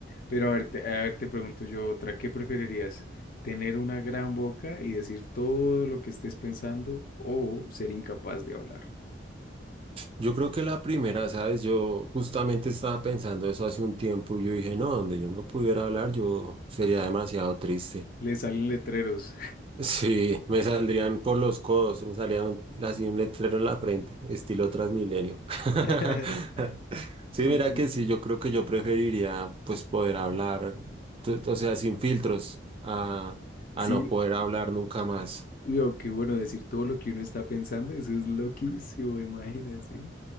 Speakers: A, on the left; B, on the right.
A: Pero a ver, te, a ver, te pregunto yo otra. ¿Qué preferirías? ¿Tener una gran boca y decir todo lo que estés pensando o ser incapaz de hablar?
B: Yo creo que la primera, ¿sabes? Yo justamente estaba pensando eso hace un tiempo y yo dije, no, donde yo no pudiera hablar, yo sería demasiado triste.
A: Le salen letreros.
B: Sí, me saldrían por los codos, me salía un- así un letrero en la frente, estilo Transmilenio. <laughs>
A: <laughs>
B: Sí,
A: Sí,
B: mira
A: sí,
B: que sí,
A: sí.
B: yo creo que yo preferiría pues poder hablar, t- o sea, sin filtros, a, a
A: Sí,
B: no poder hablar nunca más.
A: lo que bueno, decir todo lo que uno está pensando, eso es loquísimo, imagínate.